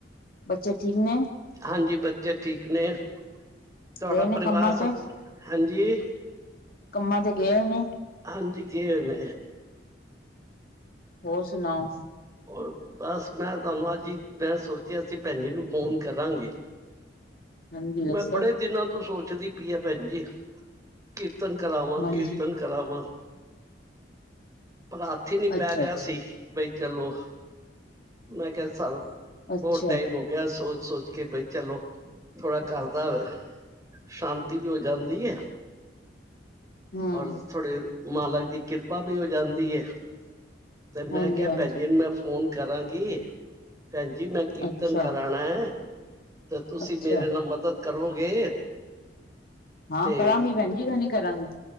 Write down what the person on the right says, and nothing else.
ਹਾਂਜੀ ਬੱਚੇ ਠੀਕ ਨੇ ਤੁਹਾਡਾ
ਪਰਿਵਾਰ
ਸਭ
ਹਾਂਜੀ
ਆਂਦੀ ਜੀਆ ਨੇ
ਹੋਰ ਬਸ ਮੈਂ ਤੁਹਾਨੂੰ ਅੱਜ ਹੀ ਮੈਂ ਸੋਚਿਆ ਅਸੀਂ ਭੈਣ ਨੂੰ ਫੋਨ ਕਰਾਂਗੀ
ਮੈਂ ਬੜੇ ਦਿਨਾਂ ਤੋਂ ਸੋਚਦੀ ਪਈ ਹੈ ਭੈਣ ਜੀ ਕੀਰਤਨ ਕਰਾਵਾਂ
ਕੀਰਤਨ ਕਰਾਵਾਂ ਪਰ ਹੱਥ ਹੀ ਨੀ
ਪੈ ਰਿਹਾ
ਸੀ ਬਈ ਚਲੋ ਮੈਂ ਕਿਹਾ ਸਰ
ਬਹੁਤ ਟਾਈਮ ਹੋ ਸੋਚ ਸੋਚ ਕੇ ਬਈ ਚਲੋ ਥੋੜਾ ਕਰਦਾ ਵਾ ਸ਼ਾਂਤੀ ਵੀ ਹੋ ਜਾਂਦੀ ਹੈ।
ਔਰ ਥੋੜੇ ਮਾਲਕ ਦੀ ਕਿਰਪਾ ਵੀ ਹੋ ਜਾਂਦੀ ਹੈ। ਤੇ ਮੈਂ
ਕਿਹਾ
ਭੈਣ ਜੀ ਨੂੰ ਇਨੂੰ ਫੋਨ ਕਰਾਂਗੀ ਭੈਣ ਜੀ ਮੈਂ ਕੀਰਤਨ
ਕਰਾਉਣਾ ਹੈ ਤੇ ਤੁਸੀਂ
ਮੇਰੇ ਨਾਲ ਮਦਦ ਕਰੋਗੇ
ਤੇ